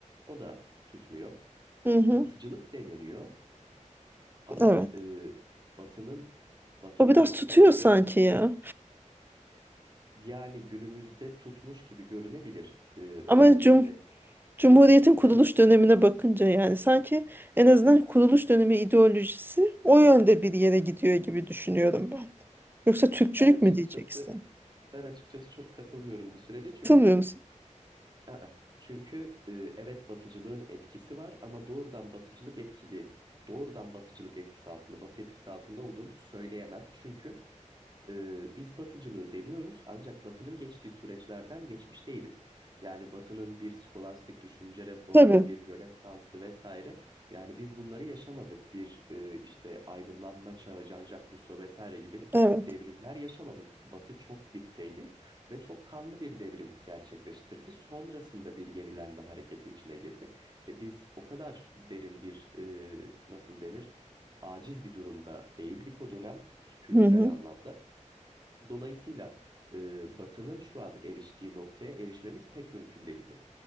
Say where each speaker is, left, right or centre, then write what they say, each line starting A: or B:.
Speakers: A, on the right; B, on the right.
A: o da tutmuyor.
B: Hı hı,
A: Batıcılık deneniyor Ama
B: evet.
A: e, Batı'nın Batı
B: O
A: olmasına
B: biraz tutuyor
A: sebep
B: sanki
A: oluşturan
B: ya.
A: yani günümüzde tutmuş gibi görünebilir e, özellikle.
B: Ama cum Cumhuriyet'in kuruluş
A: Evet,
B: dönemine bakınca yani sanki en azından kuruluş dönemi ideolojisi o yönde bir yere gidiyor gibi düşünüyorum ben. Yoksa Türkçülük
A: ben açıkçası
B: mü diyeceksin?
A: ben açıkçası çok katılmıyorum bu sürece çünkü
B: Katılmıyor musun?
A: aa, çünkü e, evet Batıcılığın etkisi var ama doğrudan Batıcılık etkili doğrudan Batıcılık etkisi altında Batı etkisi altında olduğunu söyleyemem çünkü Ee, biz batıcılığı deniyoruz ancak batının geçtiği süreçlerden geçmiş değiliz. Yani batının bir skolastik düşünce reformu,
B: Tabii.
A: bir rönesansı vesaire. Yani biz bunları yaşamadık. Bir e, işte aydınlanma çağı, Jean-Jacques Rousseau vesaire gibi
B: Evet.
A: devrimler yaşamadık. Batı çok dipteydi ve çok kanlı bir devrim gerçekleştirdi. Sonrasında bir yenilenme hareketi içine girdi. E, biz o kadar derin bir e, nasıl denir? aciz bir durumda değildik o dönem kültürel
B: Hı hı.
A: anlamda. Dolayısıyla e, Batı'nın şu an eriştiği noktaya erişmemiz pek mümkün değildi.